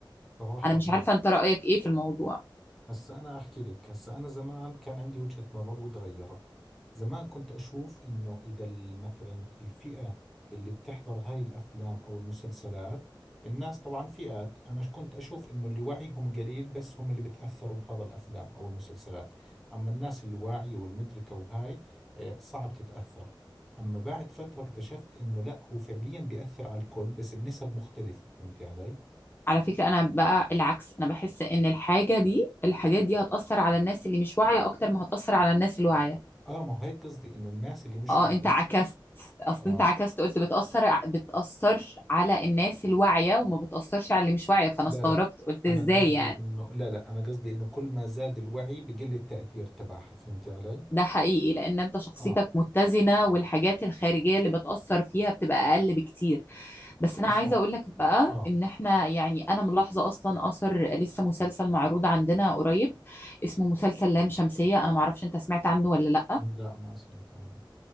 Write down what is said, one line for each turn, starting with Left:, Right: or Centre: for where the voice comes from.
Centre: صراحة
Left: انا مش عارفه
Centre: آه
Left: انت رايك ايه في الموضوع
Centre: هسا أنا أحكي لك هسا أنا زمان كان عندي وجهة نظر وتغيرت زمان كنت أشوف إنه إذا ال- مثلا الفئة اللي بتحضر هاي الأفلام أو المسلسلات الناس طبعا فئات أنا ش- كنت أشوف إنه اللي وعيهم قليل بس هم اللي بتأثروا بهذا الأفلام أو المسلسلات أما الناس اللي واعية والمدركة وهاي آه، صعب تتأثر أما بعد فترة اكتشفت إنه لا هو فعليا بيأثر على الكل بس بنسب مختلفة فهمتي علي؟
Left: على فكره انا بقى العكس انا بحس ان الحاجه دي الحاجات دي هتاثر على الناس اللي مش واعيه اكتر ما هتاثر على الناس الواعيه
Centre: آه ما هيك قصدي إنه الناس اللي مش
Left: اه
Centre: واعية
Left: انت عكست اصل
Centre: آه
Left: انت عكست قلت بتاثر ع- بتاثر على الناس الواعيه وما بتاثرش على اللي مش واعيه فانا
Centre: لا
Left: استغربت
Centre: لا
Left: قلت
Centre: أنا
Left: ازاي
Centre: قصدي
Left: يعني
Centre: إنه لا لا أنا قصدي إنه كل ما زاد الوعي بقل التأثير تبعها فهمتي علي؟
Left: ده حقيقي لان انت شخصيتك
Centre: آه
Left: متزنة والحاجات الخارجية اللي بتأثر فيها بتبقى اقل بكتير بس انا
Centre: صح
Left: عايزة اقول لك بقى
Centre: آه
Left: ان احنا يعني انا ملاحظة اصلا اثر لسه مسلسل معروض عندنا قريب اسمه مسلسل لام شمسية انا معرفش انت سمعت عنه ولا لا
Centre: لا ما سمعت عنه